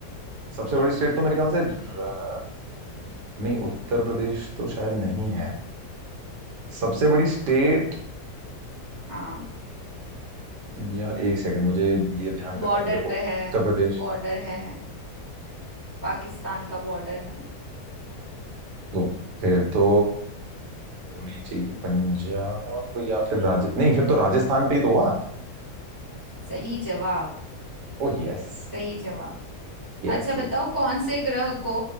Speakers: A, on the right; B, on the left.
A: सबसे बड़ी स्टेट तो मेरे ख्याल से र- नहीं उत्तर प्रदेश तो शायद नहीं है सबसे बड़ी स्टेट
B: हाँ
A: यार एक सेकंड मुझे ये ध्यान करने
B: बॉर्डर
A: दो देखो
B: पे है
A: उत्तर प्रदेश
B: बॉर्डर है पाकिस्तान का बॉर्डर है
A: तो फिर तो होनी चाहिए पंजाब या फिर राज नहीं फिर तो राजस्थान पे ही तो हुआ
B: सही जवाब
A: Oh yes
B: सही जवाब
A: Yes
B: अच्छा बताओ
A: yes
B: कौन से ग्रह को